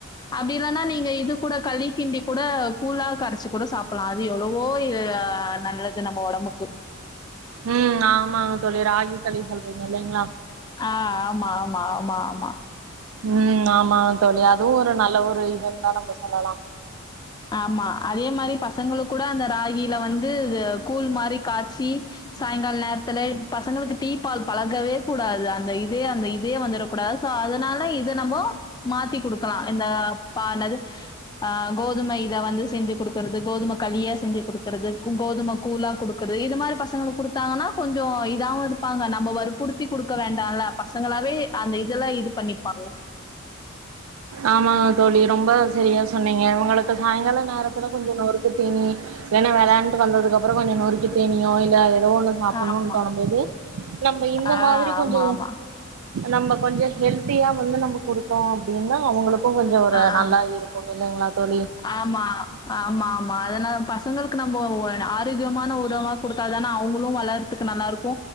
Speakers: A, on the left (about 20°); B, on the right (about 70°).
A: அப்டி இல்லன்னா நீங்க இது கூட களி கிண்டி கூட கூழா கரச்சு கூட சாப்புலா அது எவ்ளோ வோ இ அ நல்லது நம்ம ஒடம்புக்கு
B: ம் ஆமாங்க தோழி ராகி களி சொல்றீங்க இல்லைங்களா
A: ஆ ஆமா ஆமா ஆமா ஆமா
B: ம் ஆமாங்க தோழி அதுவு ஒரு நல்ல ஒரு இதுன்‌தா நம்ம சொல்லலா
A: ஆமா அதே மாரி பசங்களுக்கூட அந்த ராகில வந்துது கூழ் மாரி காச்சி சாயங்கால் நேரத்துல பசங்களுக்கு டீ பால் பழக்கவே கூடாது அந்த இதே அந்த இதே வந்துரக் கூடாது கோ அதனால இத நம்மோ மாத்தி குடுக்கலா இந்த பானல் அ கோ தும இத வந்து செஞ்சு குடுக்கறது கோதும களியா செஞ்சு குடுக்கறதுக்கு கோதும கூலா குடுக் கறது இது மாரி பசங்களுக் குடுத்தாங்கன்னா கொஞ்சோ இதாவு இருப்பாங்க நம்ம வற்புறுத்தி குடுக்க வேண்டால்லா பசங்களாவே அந்த இதெல்லா இது பண்ணிப்பாங்க
B: ஆமா தோழி ரொம்ப சரியா சொன்னீங்க ஒங்களுக்கு சாயங்கால நேரத்துல கொஞ்சோ நொறுக் குத்தீனி ஏனா வெளாண்டு வந்ததுக்கு அப்புறோ கொஞ்சோ நொறுக்கி தீனியோ இல்ல ஏதோ ஒன்னு சாப்புட்ணு
A: ஆமா.
B: தோணும்போது நம்ம இந்த
A: ஆ
B: மாதிரி கொஞ்சோ
A: ஆமா, ஆமா.
B: நம்ப கொஞ்சோ ஹெல்த்தியா வந்து நம்ம குடுத்தோ அப்டின்னா அவங்களுக்கு கொஞ்சோ ஒரு
A: ஆ,
B: நல்லா
A: ஆ.
B: இருக் கு இல்லைங்களா தோழி
A: ஆமா ஆமாமா அதனா பசங்களுக்கு நம்போ ஒ ஆரோக்கியமான உணவா குடுத்தாதான அவுங்களு வளர்துக்கு நல்லா இருக்கு